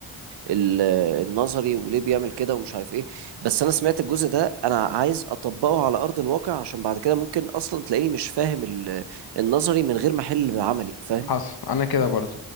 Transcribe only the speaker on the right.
ال- النظري وليه بيعمل كده ومش عارف ايه بس انا سمعت الجزء ده انا عايز اطبقه على ارض الواقع عشان بعد كده ممكن اصلا تلاقيني مش فاهم ال- النظري من غير ما احل بعملي فاهم